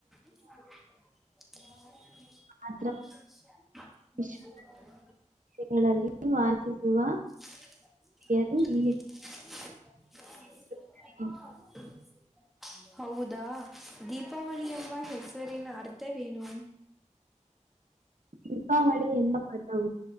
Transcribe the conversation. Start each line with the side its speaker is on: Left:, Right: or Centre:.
Centre: ನ <unintelligible>
Right: ಮಾತ್ರ ವಿಶ್ವ ಗಳಲ್ಲಿ ವಾಸಿಸುವ
Centre: <inaudible>
Right: ಸಿಖ್ಯರು ಈ
Centre: ಅ
Right: ಹೆಸರುಗಳಿವೆ.
Centre: ಅಪ್ಪ <unintelligible> ಹೌದಾ ದೀಪಾವಳಿ ಎಂಬ ಹೆಸರಿನ ಅರ್ಥವೇನು
Right: ದೀಪಾವಳಿ ಎಂಬ ಪದವು